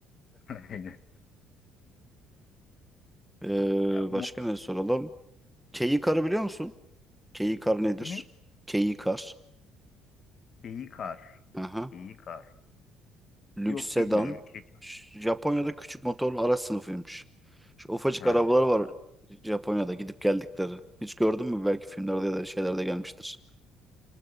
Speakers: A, on the left; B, in the centre.
A: <laughs> Aynen.
B: Ee,
A: Ya, motor
B: başka ne soralım? Keyikar biliyor musun? Keyikar nedir?
A: Kimi?
B: Keyikar.
A: Geyikar.
B: Hı hı.
A: Geyikar.
B: Lüks
A: Yok
B: sedan.
A: bilmiyorum. Keçi.
B: Ş- Japonya'da küçük motorlu araç sınıfıymış. Şu ufacık
A: Ha.
B: arabalar var Japonya'da gidip geldikleri. Hiç gördün mü? Belki filmlerde ya da şeylerde gelmiştir.